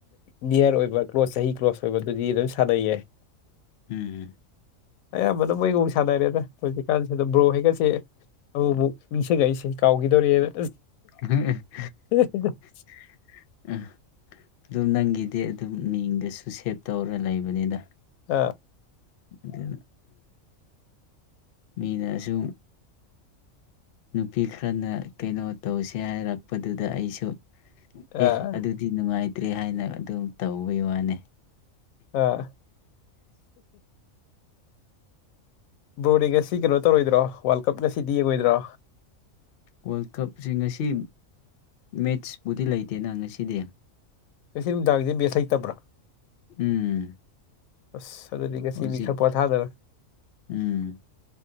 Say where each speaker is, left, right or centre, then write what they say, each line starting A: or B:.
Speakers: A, on the left; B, on the left.
A: ꯅꯤꯌꯔ ꯑꯣꯏꯕ ꯀ꯭ꯂꯣꯁ ꯆꯍꯤ ꯀ꯭ꯂꯣꯁ ꯑꯣꯏꯕꯗꯨꯗꯤ ꯑꯗꯨꯝ ꯁꯥꯟꯅꯩꯌꯦ <inaudible>
B: ꯎꯝ
A: ꯑꯌꯥꯝꯕꯅ ꯃꯣꯏꯒ ꯑꯣꯏꯅ ꯁꯥꯟꯅꯔꯦꯗ ꯍꯧꯖꯤꯛꯀꯥꯟꯁꯤꯗ ꯕ꯭ꯔꯣ ꯍꯣꯏꯒꯁꯦ ꯑꯃꯨꯛ ꯑꯃꯨꯛ ꯅꯤꯡꯁꯤꯡꯂꯛꯏꯁꯦ ꯀꯥꯎꯈꯤꯗꯧꯔꯦꯅ
B: <unintelligible>
A: <unintelligible>
B: <unintelligible> ꯑꯗꯨꯝ ꯅꯪꯒꯤꯗꯤ ꯑꯗꯨꯝ ꯃꯤꯡꯗꯁꯨ ꯁꯦꯞ ꯇꯧꯔ ꯂꯩꯕꯅꯤꯗ
A: ꯑꯥ
B: ꯑꯗꯨꯅ ꯃꯤꯅꯁꯨ ꯅꯨꯄꯤ ꯈꯔꯅ ꯀꯩꯅꯣ ꯇꯧꯁꯦ ꯍꯥꯏꯔꯛꯄꯗꯨꯗ ꯑꯩꯁꯨ ꯑꯦ
A: ꯑꯥ
B: ꯑꯗꯨꯗꯤ ꯅꯨꯡꯉꯥꯏꯇ꯭ꯔꯦ ꯍꯥꯏꯅ ꯑꯗꯨꯝ ꯇꯧꯕꯩ ꯋꯥꯅꯤ
A: ꯑ ꯕ꯭ꯔꯣꯗꯤ ꯉꯁꯤ ꯀꯩꯅꯣ ꯇꯧꯔꯣꯏꯗ꯭ꯔꯣ ꯋꯥꯔꯜ ꯀꯞ ꯉꯁꯤꯗꯤ ꯌꯦꯡꯉꯣꯏꯗ꯭ꯔꯣ
B: ꯋꯥꯔꯜ ꯀꯞꯁꯦ ꯉꯁꯤ ꯃꯦꯠꯆꯄꯨꯗꯤ ꯂꯩꯇꯦꯅ ꯉꯁꯤꯗꯤ
A: ꯉꯁꯤ ꯅꯨꯡꯗꯥꯡꯁꯦ ꯃꯦꯠꯁ ꯂꯩꯇꯕ꯭ꯔꯥ
B: ꯎꯝ
A: ꯑꯁ ꯑꯗꯨꯗꯤ ꯉꯁꯤꯗꯤ
B: ꯍꯧꯖꯤꯛ
A: ꯈꯔ ꯄꯣꯊꯥꯗꯅ
B: ꯎꯝ